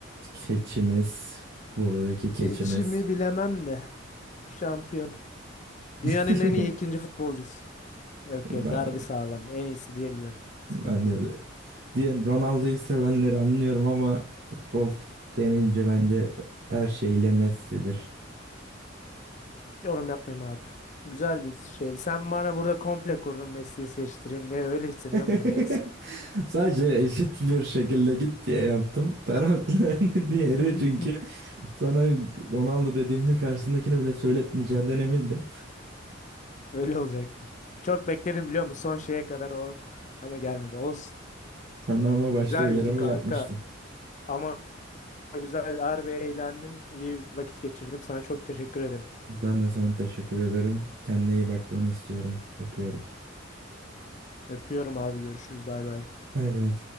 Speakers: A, on the right (about 55°); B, on the left (about 40°).
A: Keçimiz buradaki keçimiz.
B: İçimi bilemem de şampiyon.
A: <laughs>
B: Dünyanın en iyi ikinci futbolcusu. Yok yok
A: Ben,
B: harbi sağlam. En iyisi diyebilirim. Sıkıntı
A: bence
B: yok.
A: de. Diğer Ronaldo'yu sevenleri anlıyorum ama futbol denince bence her şeyle Messi'dir.
B: Yorum yapmayayım abi. Güzel bir şeydi. Sen bana burada komple kurdun Messi'yi seçtireyim Ne Öyle hissediyorum
A: <laughs>
B: da neyse.
A: Sadece eşit bir şekilde git diye yaptım. Taraflı <laughs> diğeri
B: <laughs>
A: çünkü sana Ronaldo dediğimde karşısındakini bile söyletmeyeceğinden emindim.
B: Öyle olacaktı. Çok bekledim biliyor musun? Son şeye kadar o ama gelmedi. Olsun.
A: Sana ama başta
B: Güzeldi
A: uyarımı
B: kanka.
A: yapmıştım.
B: Ama Güzel, harbi eğlendim. İyi vakit geçirdim. Sana çok teşekkür ederim.
A: Ben de sana teşekkür ederim. Kendine iyi bakmanı istiyorum. Öpüyorum.
B: Öpüyorum abi. Görüşürüz. Bay bay.
A: Bay bay.